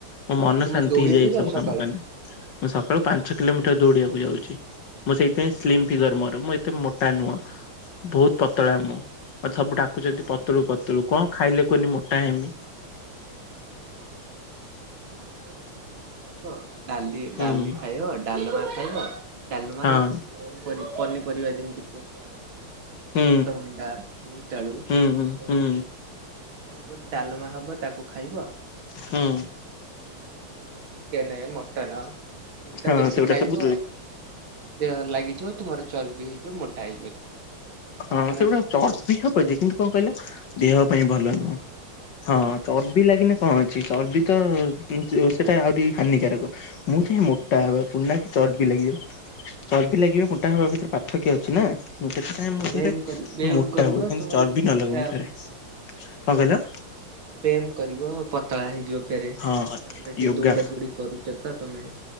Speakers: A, on the left; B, on the right.
A: ମୋ ମନ
B: ଆଉ ତୁମେ
A: ଶାନ୍ତି
B: ଦୌଡିବାକୁ
A: ହେଇଯାଏ। ଏଇ
B: ଯାଅ
A: ସବୁ
B: ସକାଳେ?
A: କାମ କଲେ ମୁଁ ସକାଳୁ ପାଞ୍ଚ କିଲୋମିଟର ଦୌଡିବାକୁ ଯାଉଛି ମଁ ସେଇଥିପାଇଁ ସ୍ଲିମ୍ ଫିଗର ମୋର ମୁଁ ଏତେ ମୋଟା ନୁହଁ। ବହୁତ ପତଳା ମୁଁ। ମତେ ସବୁ ଡାକୁଛନ୍ତି। ପତଳୁ ପତଳୁ କଣ ଖାଇଲେ କୁହନି ମୋଟା ହେମି?
B: ତ ଭାତ ଟିକେ ବେଶୀ ଖାଇବ ଡାଲି
A: ହୁଁ
B: ଡାଲି ଖାଇବ ଡାଲମା ଖାଇବ ଡାଲମାରେ
A: ହଁ
B: ପନିପରିବା ଯେମିତି ପୋଟଳ
A: ହୁଁ
B: ଅମୃତଭଣ୍ଡା ବୋଇତାଳୁ
A: ହୁଁ ହୁଁ ହୁଁ
B: ଡାଲମା ହବ ତାକୁ ଖାଇବ ଆଉ
A: ହୁଁ।
B: ଆମର ଯେମିତି ଚିକେନ ମଟନ ଏଟା
A: ହଁ
B: ବେଶୀ
A: ସେଗୁଡା
B: ଖାଇବ
A: ସବୁ
B: ଦେହରେ ଲାଗି ଇଯିବ ତୁମର ଚର୍ବି ହେଇଯିବ ମୋଟା ହେଇଯିବ।
A: ହଁ
B: ତାପରେ
A: ସେ ଗୋଟେ ଚର୍ବି ହବଯେ କିନ୍ତୁ କଣ କହିଲ ଦେହ ପାଇଁ ଭଲ ନୁହଁ ହଁ ଚର୍ବି ଲାଗିନେ କଣ ଅଛି ଚର୍ବି ତ ସେଇଟା ଆହୁରି ହାନିକାରକ। ମୁଁ
B: ଆଉ
A: ଚାହେଁ
B: ତୁମେ
A: ମୋଟା
B: ଜିମ୍ ଯିବ
A: ହେବାକୁ ନା ଚର୍ବି ଲାଗିବ ଚର୍ବି ଲାଗିବା ମୋଟା ହବା ଭିତରେ ପାର୍ଥକ୍ୟ ଅଛି ନା ସେଥିପାଇଁ
B: ହଁ
A: ମୁଁ
B: ବ୍ୟାୟାମ
A: ରେ
B: କରି ବ୍ୟାୟାମ
A: ମୋଟା
B: କରିବ
A: ହୁଏ କିନ୍ତୁ
B: ତୁମର
A: ଚର୍ବି
B: ଫେରେ
A: ନ
B: ମୋଟା
A: ଲାଗୁ ମୋ ଦେହରେ। କଣ କହିଲ?
B: ବେମ୍ କରିବ ପତଳା ହେଇଯିବ ଫେରେ
A: ହଁ
B: ତାପରେ ଟିକେ
A: ୟୋଗା
B: ଦୌଡା ଦୌଡି କରୁଛ ତ ତମେ